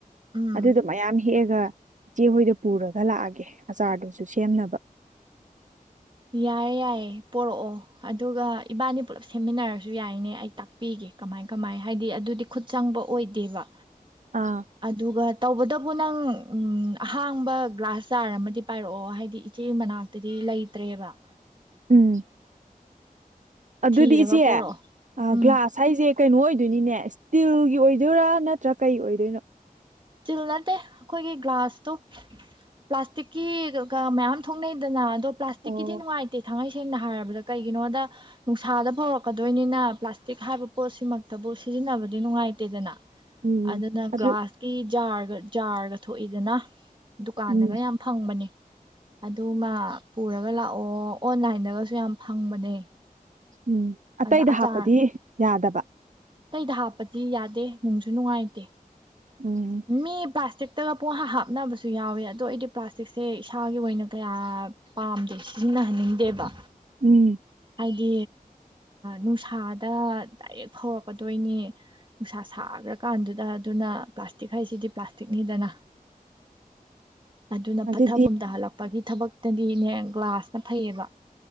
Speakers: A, on the right; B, on the right.
A: ꯎꯝ
B: ꯑꯗꯨꯗꯣ ꯃꯌꯥꯝ ꯍꯦꯛꯑꯒ ꯏꯆꯦꯍꯣꯏꯗ ꯄꯨꯔꯒ ꯂꯥꯛꯑꯒꯦ ꯑꯆꯥꯔꯗꯨꯁꯨ ꯁꯦꯝꯅꯕ
A: ꯌꯥꯏꯌꯦ ꯌꯥꯏꯌꯦꯦ ꯄꯣꯔꯛꯑꯣ ꯑꯗꯨꯒ ꯏꯕꯥꯅꯤ ꯄꯨꯜꯂꯞ ꯁꯦꯝꯃꯤꯟꯅꯔꯁꯨ ꯌꯥꯏꯅꯦ ꯑꯩ ꯇꯥꯛꯄꯤꯒꯦ ꯀꯃꯥꯏ ꯀꯃꯥꯏ ꯍꯥꯏꯗꯤ ꯑꯗꯨꯗꯤ ꯈꯨꯠ ꯆꯪꯕ ꯑꯣꯏꯗꯦꯕ
B: ꯑꯥ
A: ꯑꯗꯨꯒ ꯇꯧꯕꯇꯕꯨ ꯅꯪ ꯎꯝ ꯑꯍꯥꯡꯕ ꯒ꯭ꯂꯥꯁ ꯆꯥꯔ ꯑꯃꯗꯤ ꯄꯥꯏꯔꯛꯑꯣ ꯍꯥꯏꯗꯤ ꯏꯆꯦ ꯃꯅꯥꯛꯇꯗꯤ ꯂꯩ ꯠꯇꯦꯕ
B: ꯎꯝ ꯑꯗꯨꯗꯤ
A: ꯊꯤꯔꯒ
B: ꯏꯆꯦ
A: ꯄꯣꯔꯛꯑꯣ ꯎꯝ
B: ꯒ꯭ꯂꯥꯁ ꯍꯥꯏꯁꯦ ꯀꯩꯅꯣ ꯑꯣꯏꯗꯣꯏꯅꯤꯅꯦ ꯏꯁꯇꯤꯜꯒꯤ ꯑꯣꯏꯗꯣꯏꯔꯥ ꯅꯠꯇ꯭ꯔꯥ ꯀꯩ ꯑꯣꯏꯗꯣꯏꯅꯣ
A: ꯁꯇꯤꯜ ꯅꯠꯇꯦ ꯑꯩꯈꯣꯏꯒꯤ ꯒ꯭ꯂꯥꯁꯇꯣ ꯄ꯭ꯂꯥꯁꯇꯤꯛꯀꯤ ꯃꯌꯥꯝ ꯊꯣꯛꯅꯩꯗꯅ ꯑꯗꯣ ꯄ꯭ꯂꯥꯁꯇꯤꯛꯀꯤꯗꯤ
B: ꯑꯣ
A: ꯅꯨꯡꯉꯥꯏꯇꯦ ꯊꯥꯡꯩ ꯁꯦꯡꯅ ꯍꯥꯏꯔꯕꯗ ꯀꯩꯒꯤꯅꯣꯗ ꯅꯨꯡꯁꯥꯗ ꯐꯥꯎꯔꯛꯀꯗꯣꯏꯅꯤꯅ ꯄ꯭ꯂꯥꯁꯇꯤꯛ ꯍꯥꯏꯕ ꯄꯣꯠꯁꯤꯃꯛꯇꯕꯨ ꯁꯤꯖꯤꯟꯅꯕꯗꯤ ꯅꯨꯡꯉꯥꯏꯇꯦꯗꯅ
B: ꯎꯝ
A: ꯑꯗꯨꯅ
B: ꯑꯗꯨ
A: ꯒ꯭ꯂꯥꯁ ꯔꯒ ꯖꯥꯔꯒ ꯊꯣꯛꯏꯗꯅ ꯗꯨꯀꯥꯟꯗꯒ
B: ꯎꯝ
A: ꯌꯥꯝ ꯐꯪꯕꯅꯦ ꯑꯗꯨ ꯃꯥ ꯄꯨꯔꯒ ꯂꯥꯛꯑꯣ ꯑꯣꯟꯂꯥꯏꯟꯗꯒꯁꯨ ꯌꯥꯝ ꯐꯪꯕꯅꯦ
B: ꯎꯝ ꯑꯇꯩꯗ
A: ꯑꯗ ꯑꯆꯥꯔ
B: ꯍꯥꯞꯄꯗꯤ ꯌꯥꯗꯕ
A: ꯇꯇꯩꯗ ꯍꯥꯞꯄꯗꯤ ꯌꯥꯗꯦ ꯅꯨꯡꯁꯨ ꯅꯨꯡꯉꯥꯏꯇꯦ
B: ꯎꯝ
A: ꯃꯤ ꯄꯥꯁ ꯄꯥꯁꯇꯤꯛꯇꯒ ꯄꯨꯡ ꯍꯥ ꯍꯥꯞꯅꯕꯁꯨ ꯌꯥꯎꯋꯦ ꯑꯗꯣ ꯑꯩꯗꯤ ꯄ꯭ꯂꯥꯁꯇꯤꯛꯁꯦ ꯏꯁꯥꯒꯤ ꯑꯣꯏꯅ ꯀꯌꯥ ꯄꯥꯝꯗꯦ ꯁꯤꯖꯤꯟꯅꯍꯟꯅꯤꯡꯗꯦꯕ
B: ꯎꯝ
A: ꯍꯥꯏꯗꯤ ꯅꯨꯡꯁꯥꯗ ꯗꯥꯏꯔꯦꯛ ꯐꯧꯔꯛꯀꯗꯣꯏꯅꯤ ꯅꯨꯡꯁꯥ ꯁꯥꯈ꯭ꯔꯀꯥꯟꯗꯨꯗ ꯑꯗꯨꯅ ꯄ꯭ꯂꯥꯁꯇꯤꯛ ꯍꯥꯏꯁꯤꯗꯤ ꯄ꯭ꯂꯥꯁꯇꯤꯛꯅꯤꯗꯅ ꯑꯗꯨꯅ
B: ꯑꯗꯨꯗꯤ
A: ꯄꯠꯊ ꯄꯨꯝꯊ ꯍꯜꯂꯛꯄ ꯒꯤ ꯊꯕꯛꯇꯗꯤꯅꯦ ꯒ꯭ꯂꯥꯁꯅ ꯐꯩꯌꯦꯕ